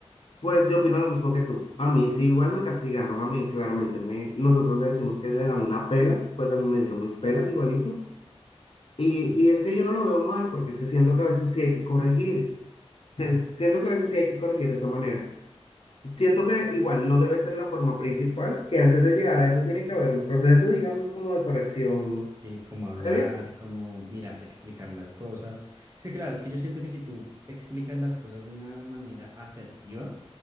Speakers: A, on the left; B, on the right.
A: pues yo opino lo mismo que tú. A mí, sí, igual me castigaron, a mí claramente me, nosotros le decimos que le dan una pela, pues a mí me dieron mis pelas igualito. Y, y es que yo no lo veo mal, porque sí siento que a veces sí hay que corregir, Sí, siento que a veces sí hay que corregir de esa manera. Siento que igual no debe ser la forma principal, que antes de llegar a eso tiene que haber un proceso, digamos, como de corrección
B: Sí, cómo hablar,
A: previa,
B: cómo, mira, explicar las cosas. Es que claro, es que yo siento que si tú explicas las cosas de una manera asertiva,